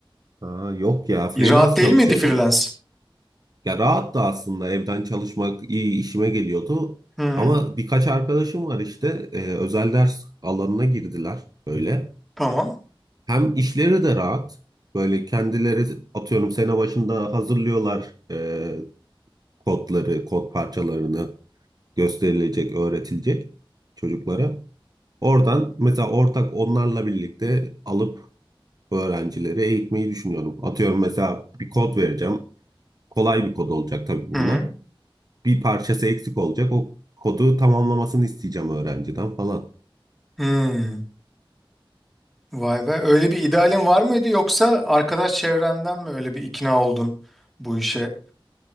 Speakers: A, on the right; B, in the centre.
A: Ha yok ya freelance
B: E, Rahat değil
A: çalışıyordum.
B: miydi freelance?
A: Ya rahat da aslında evden çalışmak iyi işime geliyordu.
B: Hı,
A: Ama birkaç arkadaşım var işte e, özel ders alanına girdiler böyle.
B: tamam.
A: Hem işleri de rahat. Böyle kendileri atıyorum sene başında hazırlıyorlar e, kodları, kod parçalarını gösterilecek, öğretilecek çocuklara. Oradan mesela ortak onlarla birlikte alıp öğrencileri eğitmeyi düşünüyorum. Atıyorum mesela bir kod vereceğim. Kolay bir kod olacak tabii bunlar.
B: Hı hı.
A: Bir parçası eksik olacak. O kodu tamamlamasını isteyeceğim öğrenciden falan.
B: Hı. Vay be. Öyle bir idealin var mıydı yoksa arkadaş çevrenden mi öyle bir ikna oldun bu işe?